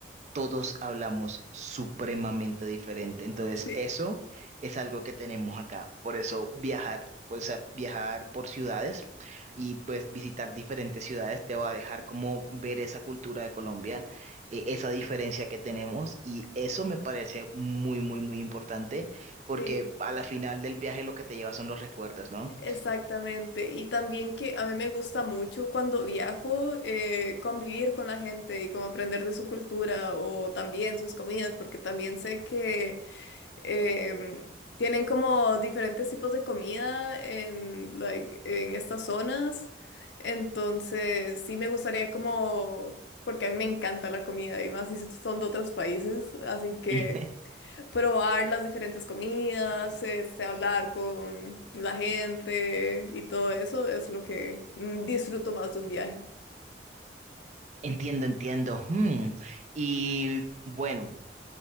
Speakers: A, on the right; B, on the left.
A: todos hablamos supremamente diferente. Entonces,
B: Sí,
A: eso es algo que tenemos acá. Por eso viajar, pues, o viajar por ciudades y pues visitar diferentes ciudades te va a dejar como ver esa cultura de Colombia, eh, esa diferencia que tenemos y eso me parece muy, muy, muy importante porque
B: sí.
A: a la final del viaje lo que te lleva son los recuerdos, ¿no?
B: Exactamente,
A: <clears throat>
B: y también que a mí me gusta mucho cuando viajo eh, convivir con la gente y como aprender de su cultura o también sus comidas, porque también sé que em, tienen como diferentes tipos de comida en, like, en estas zonas, entonces sí me gustaría como, porque a mí me encanta la comida y más si son de otros países, así que
A: <laughs>
B: probar las diferentes comidas, este, hablar con la gente y todo eso es lo que mm, disfruto más de un viaje.
A: Entiendo, entiendo. Hmm. Y bueno.